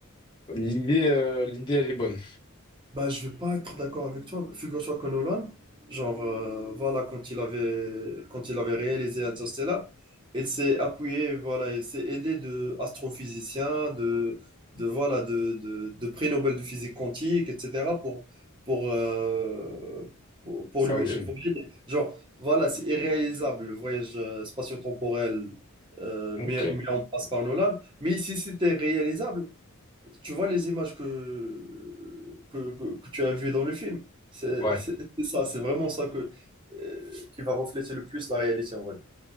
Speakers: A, on the left; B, on the right.
A: l'idée, euh, l'idée, elle est bonne,
B: Bah, je vais pas être d'accord avec toi. Figure-toi que Nolan, genre, euh, voilà, quand il avait, quand il avait réalisé Interstellar, il s'est appuyé, voilà, il s'est aidé de astrophysiciens, de, de, voilà, de, de, de prix Nobel de physique quantique, etc., pour, pour, euh, pour, pour
A: faire
B: lui,
A: le film.
B: pour l'aider. Genre, voilà, c'est irréalisable, le voyage euh, spatio-temporel euh,
A: Ok,
B: mis, mis en place par Nolan. Mais si c'était réalisable, tu vois les images que, que, que- que tu as vues dans le film. C'est
A: ouais,
B: c'est- c'est ça, c'est vraiment ça que, euh, qui va refléter le plus la réalité, on va dire.